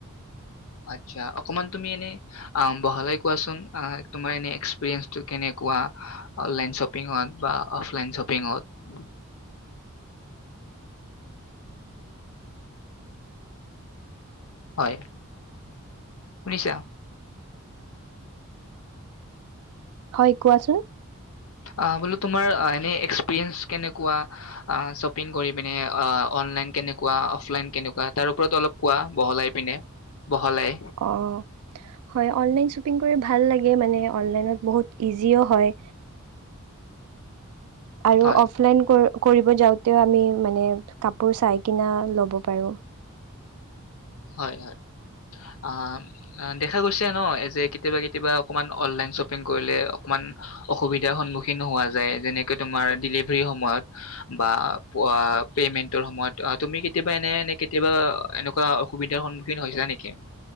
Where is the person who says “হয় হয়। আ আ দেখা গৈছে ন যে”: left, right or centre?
Left